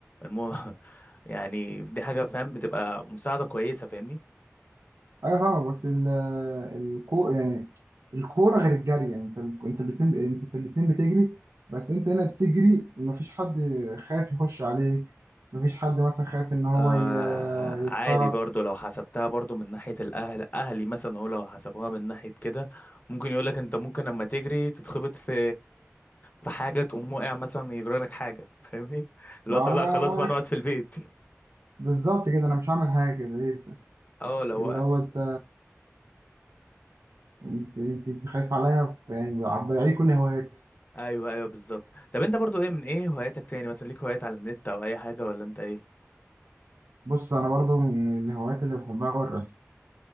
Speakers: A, on the left; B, on the right.
A: المو... <laughs> يعني دي حاجه فاهم بتبقى مساعده كويسه فاهمني
B: أيوة فاهمك بس ال... الكو يعني الكورة غير الجري يعني أنت ال- أنت الاتنين ب- أنت في الاتنين بتجري بس أنت هنا بتجري مفيش حد خايف يخش عليك مفيش حد مثلا خايف إن هو
A: آه
B: ي- يكسرك
A: عادي برضو لو حسبتها برضو من ناحيه الاهل اهلي مثلا هو لو حسبوها من ناحيه كده ممكن يقول لك انت ممكن لما تجري تتخبط في في حاجه تقوم واقع مثلا يجرى لك حاجه فاهمني اللي
B: ما
A: هو طب لا خلاص بقى
B: انا
A: نقعد في البيت
B: بالظبط كده انا مش هعمل حاجه زي
A: اه لو
B: اللي هو انت انت انت, انت خايف عليا يعني هتضيعي كل هواياتي
A: ايوه ايوه بالظبط طب انت برضو ايه من ايه هواياتك تاني مثلا ليك هوايات على النت او اي حاجه ولا انت ايه
B: بص انا برضو من الهوايات اللي بحبها هو الرسم